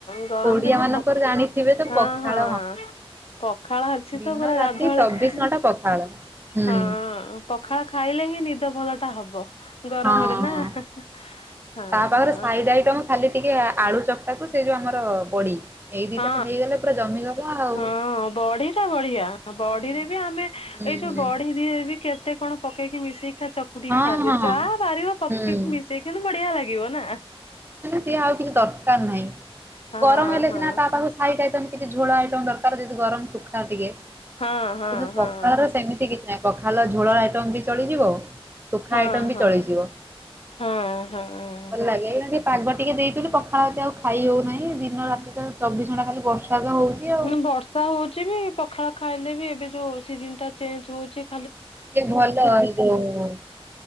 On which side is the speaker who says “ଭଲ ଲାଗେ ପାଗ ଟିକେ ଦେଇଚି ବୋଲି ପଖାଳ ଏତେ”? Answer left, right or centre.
Right